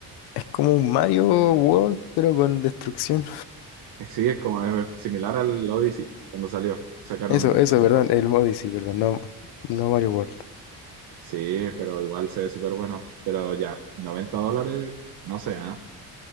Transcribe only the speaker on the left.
Es como un Mario World, pero con destrucción.
Eso,
eso,
perdón,
el Odyssey, perdón, no, no Mario World.